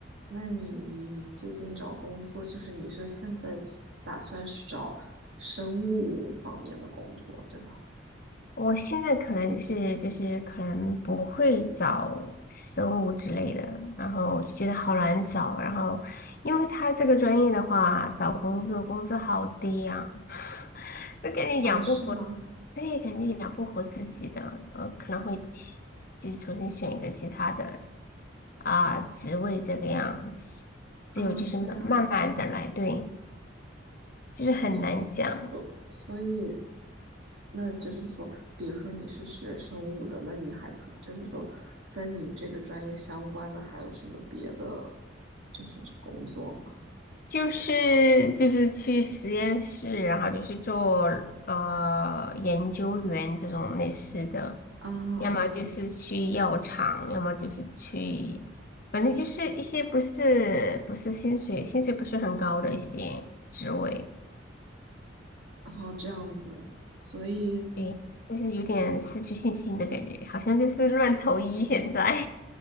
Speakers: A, on the right; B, on the left.
A: 那你你最近找工作，就是你是现在打算是找生物方面的工作，对吧？
B: 我现在可能是就是可能不会找生物之类的，然后我就觉得好难找，然后因为他这个专业的话，找工作工资好低呀、<laughs> 都感觉养不活。
A: 哦，是吗？
B: 对，肯定养不活自己的，呃，可能会去就是重新选一个其他的啊、职位这个样子。
A: 啊，
B: 只有就是慢慢慢的来，
A: 这样，
B: 对，就是很难讲，
A: 哎，所所所以，那就是说，比如说你是学生物的，那你还可就是说，跟你这个专业相关的还有什么别的，就是工作吗？
B: 就是就是去实验室，然后就是做呃研究员这种类似的，
A: 啊啊，
B: 要么就是去药厂，要么就是去，反正就是一些不是不是薪水，薪水不是很高的一些职位。
A: 然后这样子，所以
B: 诶，就是有点失去信心的感觉，好像就是乱投医现在，